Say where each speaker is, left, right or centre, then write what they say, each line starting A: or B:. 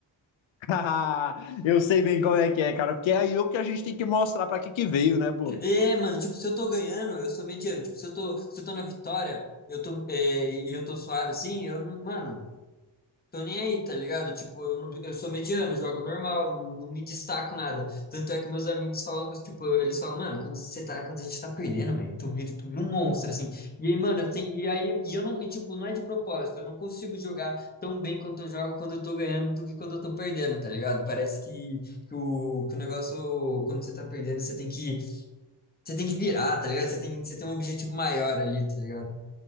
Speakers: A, on the left (about 80°); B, on the left (about 20°).
A: <laughs> Eu sei bem como é que é, cara, porque é aí o que a gente tem que mostrar pra que que veio, né, pô?
B: É, mano, tipo, se eu tô ganhando, eu sou mediano. Tipo, se eu tô, se eu tô na vitória, eu tô, é, e eu tô suave assim, eu, não- mano. Tô nem aí, tá ligado? Tipo, eu, não- eu sou mediano, jogo normal, não, não me destaco nada. Tanto é que meus amigos falam, que, eu, tipo, eles falam, mano, quando você tá, quando a gente tá perdendo, velho, tu vira, tu vira um monstro, assim. E aí, mano, eu tenho- e aí, e eu não, e tipo, não é de propósito, eu não consigo jogar tão bem quanto eu jogo quando eu tô ganhando do que quando eu tô perdendo, tá ligado? Parece que, que o, que o negócio, quando você tá perdendo, você tem que, você tem que virar, tá ligado? Você tem, você tem um objetivo maior ali, tá ligado?